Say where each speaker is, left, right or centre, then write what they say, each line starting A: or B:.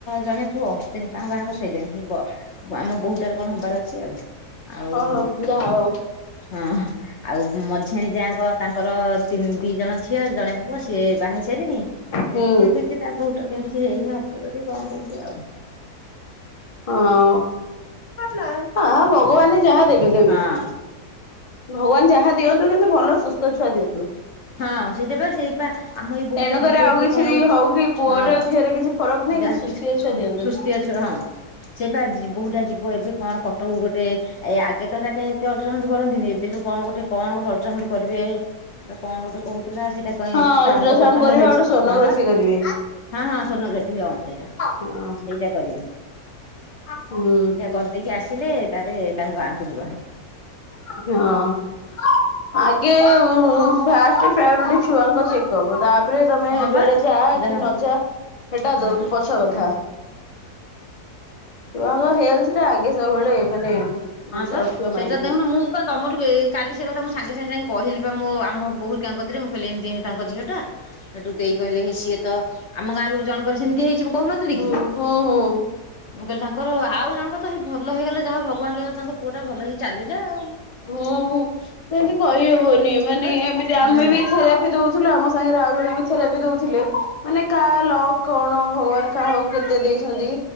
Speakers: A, on the left; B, on the left.
A: ଜଣେ ପୁଅ ତିନି ତାଙ୍କ ବାହାଘର ସଇଲାଣି ସିବ। ତ ଆମ ବୋହୂଟାର କଣ ହବାର ଅଛି ଆଉ। ଆଉ
B: ଓ ହଉ ଯାହା ହଉ।
A: ହଁ ଆଉ ମଝିଆଣି ଯାଆ ଯାଆ ତାଙ୍କର ତିନି ଦି ଜଣ ଝିଅ ଜଣେ ପୁଅ ସିଏ ବାହା ହେଇସାଇଲେଣି।
B: ହୁଁ
A: ତା ବୋହୁଟାର କାଇଁ କିଛି ହେଇନି ହବ ଯଦି କଣ କେମିତି ଆଉ।
B: ହଁ ହଁ ଭଗବାନେ ଯାହା ଦେବେ।
A: ହଁ।
B: ଭଗବାନ୍ ଯାହା ଦିଅନ୍ତୁ କିନ୍ତୁ ଭଲ ସୁସ୍ଥ ଛୁଆ ଦିଅନ୍ତୁ।
A: ହଁ ସେଇଟା ବା ସେଇପା ଆମ ଏଇ ବୋହୂଟା
B: ତେଣୁକରି
A: ଯିବ
B: ଆଉ
A: ଏବେ
B: କିଛି
A: କଣ ଗୋ
B: ହଉ କି ପୁଅର
A: ହଁ।
B: ଝିଅରେ କିଛି ଫରକ ନାହିଁ କିନ୍ତୁ
A: ଯାହାକି
B: ସୁସ୍ଥିଆ ଛୁଆ ଦିଅନ୍ତୁ।
A: ସୁସ୍ତିଆ ଛୁଆ ଟି ହଁ ସେପା ଜି ବୋହୁଟା ଯିବ ଏବେ କଣ କଟ୍ ଟକ କୁ ଗୋଟେ ଏ ଆଗେ ତ ଏତେ ଅଲଟ୍ରାସାଉଣ୍ଡ କରନ୍ତିନି ଏବେ ଯୋଉ କଣ ଗୋଟେ କଣ ଗୋଟେ ଅଲଟ୍ରାସାଉଣ୍ଡ କରିବେ। ସେଟା କଣ ଗୋଟେ କହୁଥିଲା ସେଇଟା କାଇଁ
B: ହଁ ଅଲଟ୍ରାସାଉଣ୍ଡ
A: ତା ଅଙ୍ଗ ପ୍ରତଙ୍ଗ
B: କରିବେ
A: ହେଇଚି
B: ଆଉ ଗୋଟେ ସୋନୋଗ୍ରାଫି
A: ହଁ ବା।
B: କରିବେ
A: ହଁ ହଁ ସ୍ୱର୍ଣ୍ଣକାଠି ହଁ ସେଇଟା
B: ହଁ
A: ସେଇଟା କରିବେ।
B: ହୁଁ।
A: କରିଦେଇକି ଆସିଲେ ତାରେ ତାଙ୍କ ଗାଁକୁ ଯିବହାରି।
B: ହଁ। ଆଗେ ଫାଷ୍ଟ ପ୍ରାୟେରୁଟି ଛୁଆଙ୍କ ଚେକପ୍ ତା ଜରେ ତାପରେ ତମେ
A: ହଁ
B: ଯୁଆଡେ
A: ପା
B: ଯାଆ
A: ଯାହା
B: କି ନ ଯାଆ ସେଟା
A: ହଁ
B: ଦୋ ପଛ କଥା। ଛୁଆଙ୍କ ହେଲଥ୍ ଟା ଆଗେ ସବୁବେଳେ ମାନେ ମଣିଷ
A: ହଁ ବା
B: ରଖିବ
A: ସେଇଟା
B: ମାଇଣ୍ଡରେ
A: ଦେଖୁନୁ ମୁଁ କ ତମଠୁ ବେ କାଲି ସେ କଥା ମୁ ସାଙ୍ଗେ ସାଙ୍ଗେ ଯାଇକି କହିଲି ପା ମୋ ଆମ ବୋହୂ ହେରିକାଙ୍କ କତିରେ ମୁଁ କଇଲି ଏମିତି ଏମିତି ତାଙ୍କ ଝିଅ ଟା ସେଠୁ ଦେଇ କହିଲେ ହେ ସିଏ ତ ଆମ ଗାଁରୁ ଜଣଙ୍କର ସେମିତି ହେଇଚି ବୁ କହୁନଥିଲି
B: ହୁଁ
A: କି। ମୁଁ
B: ହୁଁ ହୁଁ
A: କହିଲି ତାଙ୍କର ଆଉ ଜଣଙ୍କର ତ ହେ ଭଲ ହେଇଗଲା ଯାହା ହୋଉ ଭଗବାନ ଦୟାରୁ। ତାଙ୍କ ପୁଅଟା ଭଲ ହେଇକି ଚାଲିଲା ଆଉ।
B: ହୁଁ ହୁଁ ସେମିତି କହିହବନି ମାନେ
A: ହଁ ପା
B: ଏମିତି ଆମେ
A: ହଁ ହଁ
B: ବି ଥରାପି ଦଉଛୁ। ଥିଲୁ। ଆମ ସାଙ୍ଗରେ ଆଉ ଜଣେ ବି ଥେରାପି ଦଉଥିଲେ। ମାନେ କା ଲକ୍ କଣ ଭଗବାନ କାହାକୁ କେତେ ଦେଇଛନ୍ତି।